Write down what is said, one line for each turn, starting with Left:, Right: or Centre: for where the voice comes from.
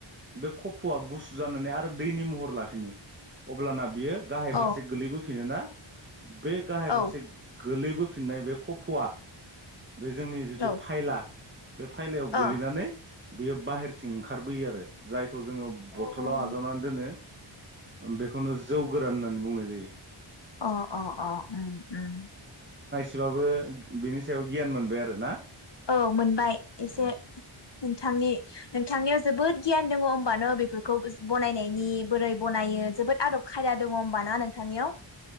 Right: बे खफ'आ गुसु जानानै आरो दैनि महर लाफिनो अब्लाना बियो। गाहाय
Left: औ
Right: फारसे गोलैबोफिनोना? बे गाहाय
Left: औ
Right: फारसे
Left: ओ
Right: गोलैबोफिननाय बे। फवा। बे जोंनि जिथु
Left: औ
Right: फायला। बे फायलायाव
Left: अ
Right: गोलैनानै। बेयो बाहेरथिं ओंखारबोयो आरो जाय। खौ जोङो
Left: उम
Right: बथलाव आजावनानै दोनो ओबेखौनो जौ गोरान होननानै बुंनाय जायो।
Left: अ अ अ ओम ओम।
Right: बाबो बिनि सायाव गियान मोनबाय आरो ना?
Left: औ मोनबाय एसे
Right: औ
Left: नोंथांनि। नोंथांनियाव जोबोद गियान दङ होमबा न' बेफोरखौ बनायनायनि बोरै बनायो जोबोद आदब खायदा दङ होमबा ना नोंथांनियाव?